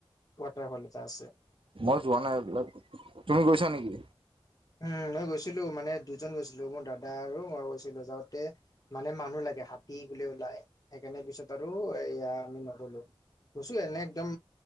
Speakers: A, on the left (about 35°); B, on the right (about 60°).
A: ৱাটাৰফল এটা আছে
B: মই যোৱা নাই এইবিলাক তুমি গৈছা নেকি
A: উম মই গৈছিলো মানে দুজন গৈছিলো মোৰ দাদা আৰু মই গৈছিলো যাওঁতে মানে মানুহ লাগে হাত দি বুলি ওলাই সেইকাৰণে পিছত আৰু এয়া আমি নগলো গৈছো এনে একদম